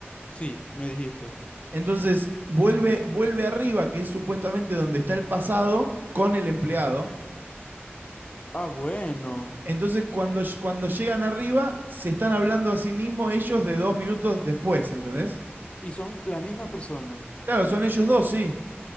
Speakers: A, on the left; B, on the right.
A: Sí, me dijiste.
B: Entonces, vuelve, vuelve arriba, que es supuestamente donde está el pasado, con el empleado.
A: Ah, bueno.
B: Entonces, cuando, cuando llegan arriba, se están hablando a sí mismos ellos de dos minutos después, ¿entendés?
A: Y son la misma persona.
B: Claro, son ellos dos, sí.